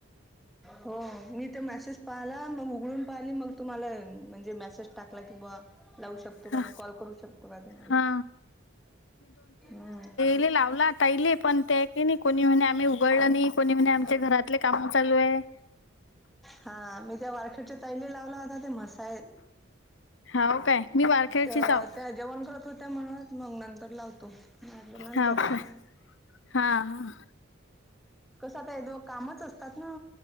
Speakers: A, in the centre; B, on the left (about 65°).
A: हो मी ते मेसेज पाहिला मग उघडून पाहिली मग तुम्हाला म्हणजे मेसेज टाकला की बावा लावू शकतो का
B: हा
A: म कॉल करू शकतो काय तुम्हाला
B: हा.
A: हम्
B: ही लावला ताहिले पण ते की नाही कोणी म्हणे आम्ही उगळलं नाही कोणी म्हणे आमचे घरातले काम चालू ये
A: हा मी ज वाटच्या तैली लावला होता ते मसाय
B: खाऊ काय मी वारखेडचीच
A: तर
B: हाव
A: त्या जेवण करत हो त्या म्हणत मग नंतर लावतो मी म्हटलं नंतर
B: हाव काय
A: लावा
B: हा ह
A: कसं काय दो कामच असतात ना